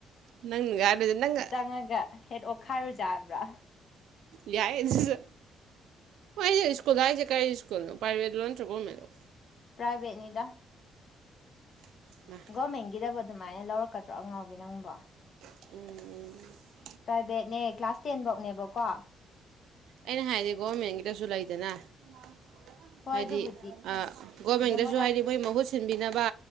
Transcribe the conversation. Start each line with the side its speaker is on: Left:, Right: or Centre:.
Right: ꯅꯪꯅꯒꯥ ꯍꯥꯏꯗꯣꯏꯖꯦ ꯅꯪꯒꯥ
Left: ꯆꯪꯉꯒꯥ ꯍꯦꯠ ꯑꯣꯈꯥꯏꯔꯨꯖꯦ ꯍꯥꯏꯕ꯭ꯔꯣ
Right: ꯌꯥꯏ ꯑꯗꯨꯖꯨ ꯃꯣꯏꯒꯤ ꯁ꯭ꯀꯨꯜ ꯍꯥꯏꯖꯦ ꯀꯔꯤ ꯁ꯭ꯀꯨꯜꯅꯣ ꯄ꯭ꯔꯥꯏꯕꯦꯠꯂꯣ ꯅꯠꯇ꯭ꯔꯥ ꯒꯣꯔꯃꯦꯟꯂꯣ
Left: ꯄ꯭ꯔꯥꯏꯚꯦꯠꯅꯤꯗꯥ
Right: <unintelligible>
Left: ꯒꯣꯔꯃꯦꯟꯒꯤꯗꯕꯨ ꯑꯗꯨꯃꯥꯏꯅ ꯂꯧꯔꯛꯀꯥꯗ꯭ꯔꯣ ꯑꯉꯥꯎꯕꯤ ꯅꯪꯕꯣ
Right: ꯎꯝ ꯎꯝ
Left: ꯄ꯭ꯔꯥꯏꯚꯦꯠꯅꯦ ꯀ꯭ꯂꯥꯁ ꯇꯦꯟꯕꯧꯅꯦꯕꯀꯣ
Right: ꯑꯩꯅ ꯍꯥꯏꯗꯤ ꯒꯣꯔꯚꯃꯦꯟꯒꯤꯗꯁꯨ ꯂꯩꯗꯅ ꯍꯨꯃꯥꯡ ꯁꯧꯔꯀꯟ
Left: ꯍꯣꯏ ꯑꯗꯨꯕꯨꯗꯤ
Right: ꯑꯥ ꯒꯣꯔꯃꯦꯟꯗꯥꯖꯨ
Left: ꯑꯗꯨꯝ ꯃꯣꯏꯅ
Right: ꯍꯥꯏꯗꯤ ꯃꯣꯏ ꯃꯍꯨꯠ ꯁꯤꯟꯕꯤꯅꯕ